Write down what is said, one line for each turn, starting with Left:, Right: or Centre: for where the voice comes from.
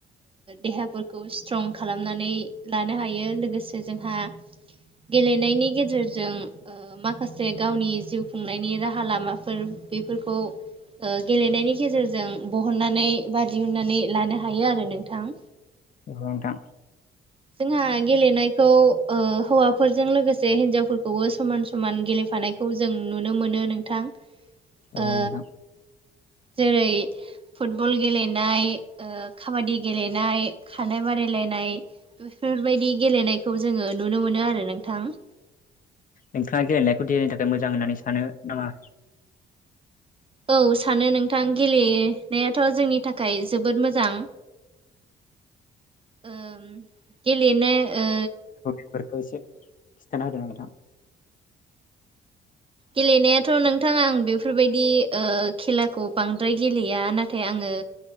Right: देहाफोरखौ स्ट्रं खालामनानै लानो हायो लोगोसे जोंहा गेलेनायनि गेजेरजों ओ माखासे गावनि जिउ खुंनायनि राहा लामाफोर बेफोरखौ ओ गेलेनायनि गेजेरजों बहननानै बा दिहुनन्नानै लानो हायो आरो नोंथां।
Left: नोंगौ नोंथां।
Right: जोंहा गेलेनायखौ ओ हौवाफोरजों लोगोसे हिन्जावफोरखौबो समान समान गेलेफानाय खौ जों नुनो मोनो नोंथां
Left: औ
Right: ओ
Left: नोंथां
Right: जेरै फुटबल गेलेनाय ओ काबादि गेलेनाय खारनाय बादायलायनाय बेफोरबायदि गेलेनायखौ जोङो नुनो मोनो आरो नोंथां।
Left: नोंथाङा गेलेनायखौ देहानि थाखाय मोजां होननानै सानो नामा?
Right: औ सानो नोंथां गेलेनायाथ' जोंनि थाखाय जोबोद मोजां। ओम गेलेनो ओ
Left: फोरखौ इसे खिथाना होदो नोंथां।
Right: गेलेनायाथ' नोंथाङा आं बेफोरबायदि ओ खेलाखौ बांद्राय गेलेया नाथाय आङो